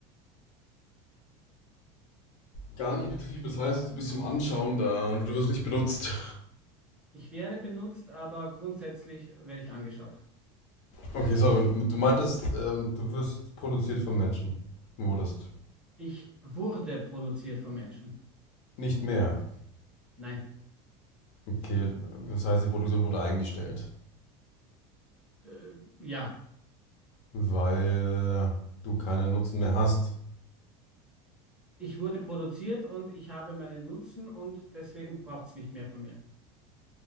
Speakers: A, on the left (about 50°); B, in the centre.
A: gar nicht betrieben, das heißt, du bist zum Anschauen da, du wirst nicht benutzt.
B: Ich werde benutzt, aber grundsätzlich werde ich angeschaut.
A: Okay, sorry, du meintest, ähm, du wirst produziert vom Menschen, wurdest.
B: Ich wurde produziert von Menschen.
A: Nicht mehr.
B: Nein.
A: Okay, das heißt, die Produktion wurde eingestellt,
B: Äh, ja,
A: weil du keinen Nutzen mehr hast.
B: ich wurde produziert und ich habe meinen Nutzen und deswegen braucht es nicht mehr von mir.